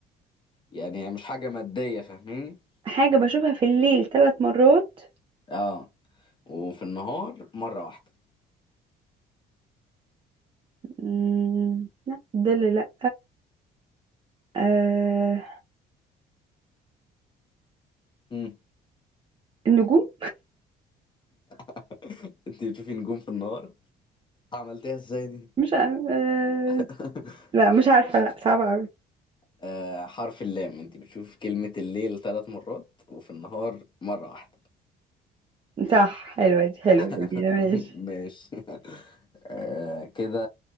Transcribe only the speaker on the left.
يعني مش حاجة مادية فاهمين
اه وفي النهار مرة واحدة
امم
<laughs> انت بتشوفي نجوم في النهار عملتيها ازاي دي
<laughs>
آه حرف اللام انت بتشوفي كلمة الليل ثلاث مرات وفي النهار مرة واحدة
<laughs>
ماشي آه كده